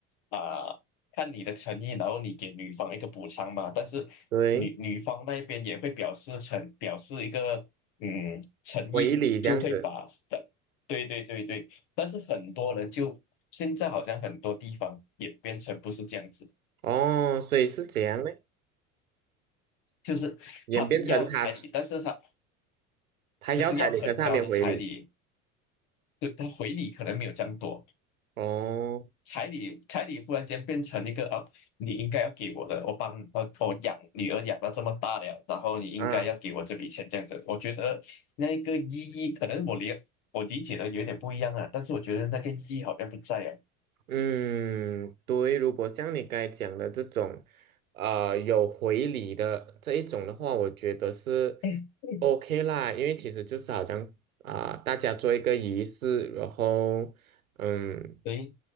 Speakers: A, on the left; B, on the right.
A: 啊、看你的诚意，然后你给女方一个补偿嘛。但是女女方那边也会表示诚，
B: 对。
A: 表示一个嗯诚意，
B: 回礼这样子。
A: 就会把对对对对。但是很多人就现在好像很多地方演变成不是这样子。
B: 哦，所以是这样的，
A: 就是他们要彩礼，
B: 演变成他
A: 但是他
B: 他要彩礼，
A: 只是要很高的彩礼，
B: 可是他没有回礼。
A: 就他回礼可能没有这样多。
B: 哦，
A: 彩礼，彩礼忽然间变成一个啊，你应该要给我的，我帮我我养女儿养到这么大了，然后你应该要给我这笔钱这样子。
B: 啊。
A: 我觉得那个意义可能我理我理解的有点不一样啊，但是我觉得那个意义好像不在啊。
B: 嗯，对，如果像你刚才讲的这种，呃，有回礼的这一种的话，我觉得是
A: <laughs> 嗯嗯
B: OK 啦，因为其实就是好像啊、大家做一个仪式，然后嗯，
A: 对，